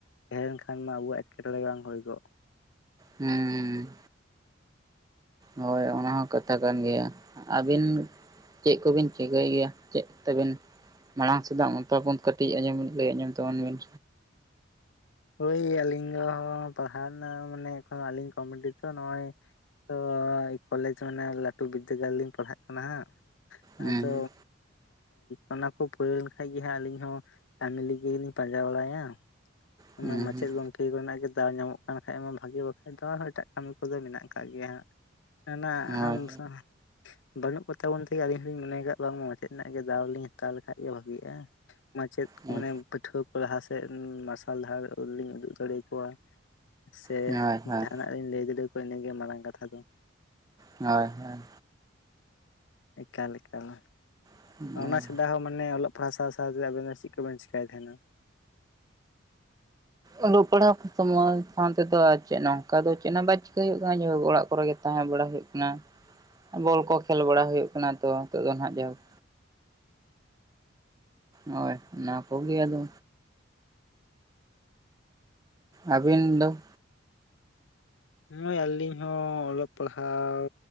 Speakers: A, on the left; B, on the right.
A: ᱛᱟᱦᱮᱸ ᱞᱮᱱᱠᱷᱟᱱ ᱢᱟ ᱟᱵᱚ ᱮᱴᱠᱮᱴᱚᱬᱮ ᱵᱟᱝ ᱦᱩᱭ ᱠᱚᱜ᱾
B: ᱦᱩᱸᱻ ᱦᱳᱭ ᱚᱱᱟ ᱦᱚᱸ ᱠᱟᱛᱷᱟ ᱠᱟᱱ ᱜᱮᱭᱟ ᱟᱹᱵᱤᱱ᱾ ᱪᱮᱫ ᱠᱚᱵᱤᱱ ᱪᱤᱠᱟᱹᱭ ᱜᱮᱭᱟ ᱪᱮᱫ ᱛᱮᱵᱮᱱ᱾ ᱢᱟᱲᱟᱝ ᱥᱮᱫᱟᱜ ᱢᱚᱛᱟ ᱠᱟᱹᱴᱤᱡ ᱟᱸᱚᱢ ᱞᱟᱹᱭ ᱟᱸᱡᱚᱢ ᱛᱟᱵᱚᱱ ᱵᱮᱱ᱾
A: ᱳᱭ ᱟᱹᱞᱤᱧ ᱫᱚ ᱯᱟᱲᱦᱟᱣ ᱨᱮᱱᱟᱜ ᱢᱟᱱᱮ, ᱮᱠᱷᱱ ᱟᱹᱞᱤᱧ ᱠᱚᱢᱯᱤᱞᱤᱴᱤ ᱛᱚ ᱱᱚᱜᱼᱚᱭ᱾ ᱛᱚ ᱠᱚᱞᱮᱡᱽ ᱢᱟᱱᱮ ᱞᱟᱹᱴᱩ ᱵᱤᱫᱽᱫᱟᱹᱜᱟᱲ ᱞᱤᱧ ᱯᱟᱲᱦᱟᱜ ᱠᱟᱱᱟ ᱦᱟᱸᱜ
B: ᱦᱩᱸ
A: ᱟᱫᱚ᱾ ᱚᱱᱟ ᱠᱚ ᱯᱩᱨᱟᱹᱣ ᱞᱮᱱ ᱠᱷᱟᱱᱡ ᱜᱮ ᱦᱟᱸᱜ ᱟᱹᱞᱤᱧ ᱦᱚᱸ ᱠᱟᱹᱢᱤ, ᱞᱟᱹᱜᱤᱫᱜ ᱞᱤᱧ ᱯᱟᱸᱡᱟ ᱵᱟᱲᱟᱭᱟ᱾ ᱚᱱᱟ
B: ᱦᱩᱸ ᱦᱩᱸ
A: ᱢᱟᱪᱮᱫ ᱜᱚᱝᱠᱮ᱾ ᱴᱷᱤᱠ ᱢᱮᱱᱟᱜ ᱜᱮ ᱫᱟᱣ ᱧᱟᱢᱚᱜ ᱠᱟᱱ ᱠᱷᱟᱡ ᱢᱟ ᱵᱷᱟᱜᱤ, ᱵᱟᱠᱷᱟᱡ ᱫᱚ ᱟᱨ ᱮᱴᱟᱜ ᱠᱟᱹᱢᱤ ᱠᱚᱫᱚ ᱢᱮᱱᱟᱜ ᱟᱠᱟᱫ ᱜᱮᱭᱟ ᱦᱟᱸᱜ᱾ ᱮᱱᱟ
B: ᱦᱳᱭ
A: ᱟᱢ ᱥᱣ ᱵᱟᱹᱱᱩᱜ ᱠᱚᱛᱟᱵᱚᱱ ᱛᱮ ᱟᱹᱞᱤᱧ ᱦᱚᱞᱤᱧ ᱢᱚᱱᱮ ᱠᱟᱜ ᱵᱟᱝ ᱢᱟᱪᱮᱫ, ᱞᱮᱱᱟᱜ ᱫᱟᱣ ᱞᱤᱧ ᱦᱟᱛᱟᱣ ᱞᱮᱠᱷᱟᱡ ᱜᱮ ᱵᱷᱟᱹᱜᱤᱜᱼᱟ᱾ ᱢᱟᱪᱮᱫ
B: ᱦᱳᱭ
A: ᱢᱟᱱᱮ ᱯᱟᱹᱴᱷᱩᱣᱟᱹ ᱠᱚ ᱞᱟᱦᱟ ᱥᱮᱫ, ᱢᱟᱨᱥᱟᱞ ᱫᱷᱟᱨ ᱟᱹᱞᱤᱧ ᱩᱫᱩᱜ ᱫᱟᱲᱮ ᱟᱠᱚᱣᱟ᱾ ᱥᱮ
B: ᱦᱳᱭ ᱦᱳᱭ
A: ᱡᱟᱦᱟᱱᱟᱜ ᱨᱤᱧ ᱞᱟᱹᱭ ᱫᱟᱲᱮᱠᱚᱣᱟ ᱤᱱᱟᱹᱜᱮ ᱢᱟᱨᱟᱝ ᱠᱟᱛᱷᱟ ᱫᱚ᱾
B: ᱦᱳᱭ ᱦᱳᱭ
A: ᱮᱠᱟᱞ ᱮᱠᱟᱞ
B: ᱦᱳᱭ
A: ᱚᱱᱟ ᱪᱷᱟᱰᱟ ᱦᱚᱸ ᱢᱟᱱᱮ ᱚᱞᱚᱜ᱾ ᱯᱟᱲᱦᱟᱣ ᱥᱟᱶ ᱥᱟᱶᱛᱮ ᱟᱵᱮᱱ ᱫᱚ ᱪᱮᱫ ᱠᱚᱵᱮᱱ ᱪᱮᱠᱟᱹᱭ ᱛᱟᱦᱮᱸᱱᱟ᱾
B: ᱚᱞᱚᱜ ᱯᱟᱲᱦᱟᱣ ᱥᱚᱢᱚᱭ ᱥᱟᱶ ᱛᱮᱫᱚ ᱟᱨ ᱪᱮᱫ ᱱᱚᱝᱠᱟ ᱫᱚ ᱪᱮᱫ ᱦᱚᱸ ᱵᱟᱭ ᱪᱤᱠᱟᱹᱭ ᱦᱩᱭᱩᱜ ᱠᱟᱱᱟ ᱚᱲᱟᱜ ᱠᱚᱨᱮ ᱜᱮ ᱛᱟᱦᱮᱸ ᱵᱟᱲᱟ ᱦᱩᱭᱩᱜ ᱠᱟᱱᱟ᱾ ᱵᱚᱞ ᱠᱚ ᱠᱷᱮᱞ ᱵᱟᱲᱟ ᱦᱩᱭᱩᱜ ᱠᱟᱱᱟ ᱛᱚ ᱱᱤᱛᱚᱜ ᱫᱚ ᱦᱟᱜ ᱡᱟᱭᱦᱳᱠ᱾ ᱦᱳᱭ ᱚᱱᱟ ᱠᱚᱜ ᱜᱮ ᱟᱫᱚ᱾ ᱟᱹᱵᱤᱱ ᱫᱚ?
A: ᱱᱚᱜᱼᱚᱭ ᱟᱹᱞᱤᱧ ᱦᱚᱸ ᱚᱞᱚᱜ ᱯᱟᱲᱦᱟᱣ᱾